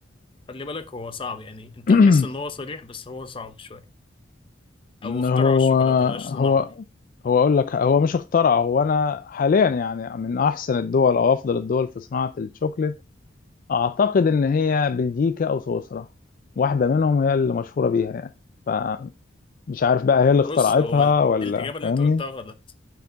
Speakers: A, on the left; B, on the left.
A: خلي بالك هو صعب يعني انت
B: <clears throat>
A: هتحس ان هو صريح بس هو صعب شوية او اخترعوا
B: هو
A: الشوكولاتة بلاش
B: هو
A: صناعة دي
B: هو اقول لك هو مش اخترع هو انا حاليا يعني من احسن الدول او افضل الدول في صناعة الشوكليت اعتقد ان هي بلجيكا او سويسرا واحدة منهم هي اللي مشهورة بيها يعني فمش عارف بقى هي اللي اخترعتها
A: بص هو ال-
B: ولا
A: الإجابة اللي
B: فاهمني
A: انت قلتها غلط